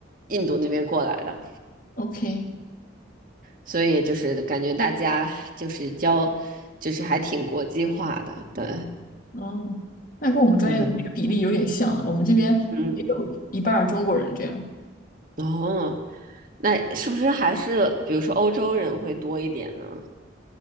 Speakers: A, on the right (about 45°); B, on the left (about 45°).
A: 印度那边过来的。
B: OK，
A: 所以就是感觉大家就是教，就是还挺国际化的，对，
B: 哦，那跟我们专业的那个比例有点像。
A: 嗯，
B: 我们这边也有一半儿中国人这样，
A: 嗯，哦，那是不是还是比如说欧洲人会多一点呢？